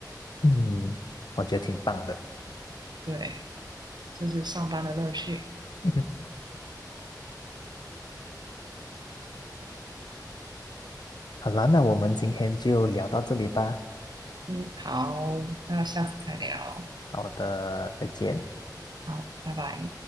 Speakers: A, on the left (about 75°); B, on the right (about 75°).
A: 嗯，我觉得挺棒的。
B: 对，这是上班的乐趣。
A: <laughs> 好啦，那我们今天就聊到这里吧。
B: 嗯，好，那下次再聊。
A: 好的，再见。
B: 好，拜拜。